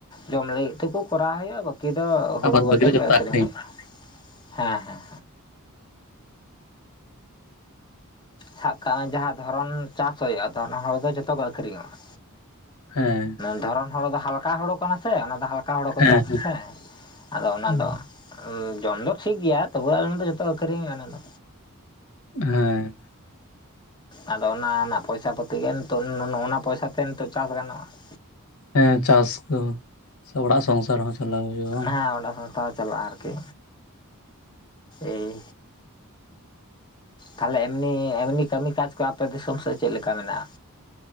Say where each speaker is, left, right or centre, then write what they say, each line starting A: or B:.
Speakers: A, on the left; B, on the left.
A: ᱡᱚᱢ ᱞᱟᱹᱜᱤᱫ ᱴᱩᱠᱩ ᱠᱚᱨᱟᱣ ᱦᱩᱭᱩᱜᱼᱟ ᱵᱟᱠᱤ ᱵᱟᱠᱤ ᱫᱚ ᱦᱩᱲᱩ
B: ᱟᱵᱟᱫ ᱵᱟᱹᱜᱤ
A: ᱟᱛᱮᱫ
B: ᱨᱮ
A: ᱜᱮ
B: ᱡᱚᱛᱚ
A: ᱟᱹᱠᱷᱨᱤᱧ
B: ᱟᱠᱷᱨᱤᱧ
A: ᱦᱩᱭᱩᱜᱼᱟ ᱦᱮᱸ ᱦᱮᱸ ᱥᱟᱵ ᱠᱟᱜ ᱢᱮ ᱡᱟᱦᱟᱸ ᱫᱷᱚᱨᱚᱱ ᱪᱟᱹᱥ ᱦᱩᱭᱩᱜᱼᱟ ᱫᱚ ᱚᱱᱟ ᱦᱩᱲᱩ ᱫᱚ ᱡᱚᱛᱚ ᱜᱮ ᱟᱹᱠᱷᱨᱤᱧᱚᱜᱼᱟ ᱾
B: ᱦᱮᱸ
A: ᱫᱷᱚᱨᱚᱱ ᱦᱩᱲᱩ ᱫᱚ ᱦᱟᱞᱠᱟ ᱦᱩᱲᱩ ᱠᱟᱱᱟ ᱥᱮ ᱚᱱᱟ ᱫᱚ ᱦᱟᱞᱠᱟ ᱦᱩᱲᱩ ᱠᱚ
B: ᱦᱮᱸ
A: ᱪᱟᱹᱥ ᱟᱥᱮ ᱟᱫᱚ ᱚᱱᱟ
B: ᱦᱮᱸ
A: ᱫᱚ ᱚ ᱡᱚᱢ ᱫᱚ ᱴᱷᱤᱠ ᱜᱮᱭᱟ ᱛᱚᱵᱮ ᱟᱞᱮ ᱫᱚ ᱡᱷᱚᱛᱚ ᱟᱹᱠᱷᱨᱤᱧᱼᱟ ᱚᱱᱟ ᱫᱚ
B: ᱦᱮᱸ
A: ᱟᱫᱚ ᱚᱱᱟ ᱨᱮᱱᱟᱜ ᱯᱚᱭᱥᱟ ᱯᱟᱹᱛᱤᱜᱮ ᱱᱤᱛᱚᱜ ᱱᱚᱣᱱᱟ ᱯᱚᱭᱥᱟᱛᱮ ᱱᱤᱛᱚᱜ ᱪᱟᱹᱥ ᱜᱟᱱᱚᱜᱼᱟ ᱾
B: ᱦᱮᱸ ᱪᱟᱹᱥ ᱫᱚ ᱥᱮ ᱚᱲᱟᱜ ᱥᱚᱝᱥᱟᱨ ᱦᱚᱸ ᱪᱟᱞᱟᱣ ᱦᱩᱭᱩᱜᱼᱟ
A: ᱦᱮᱸ ᱚᱱᱟᱸ ᱥᱚᱝᱥᱛᱷᱟ ᱦᱚᱸ ᱪᱟᱞᱟᱜᱼᱟ ᱟᱨᱠᱤ ᱮᱭ ᱛᱟᱦᱚᱞᱮ ᱮᱢᱱᱤ ᱮᱢᱱᱤ ᱠᱟᱹᱢᱤ ᱠᱟᱡᱽ ᱠᱚ ᱟᱯᱮ ᱫᱤᱥᱚᱢ ᱥᱮᱫ ᱪᱮᱫ ᱞᱮᱠᱟ ᱢᱮᱱᱟᱜᱼᱟ?